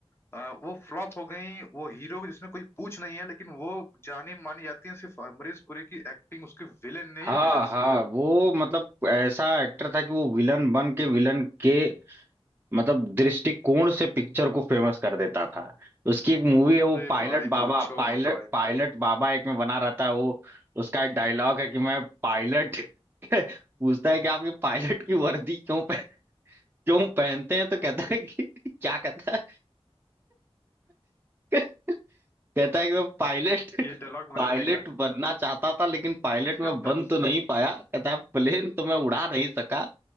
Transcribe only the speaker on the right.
हाँ
हाँ
वो मतलब ऐसा एक्टर था कि वो विलन बन के विलन के मतलब दृष्टिकोण से पिक्चर को फेमस कर देता था उसकी एक मूवी है वो
pilot
Baba
pilot
pilot Baba एक में बना रहता है वो उसका एक डायलॉग है कि मैं पायलट <laughs> पूछता है कि आप ये पायलट की वर्दी क्यों पह, क्यों पहनते हैं तो कहता है कि <laughs> क्या कहता है <laughs> कहता है कि मैं पायलट
पायलट
बनना चाहता था लेकिन पायलट
में बन तो नहीं पाया कहता है प्लेन तो मैं उड़ा नहीं सका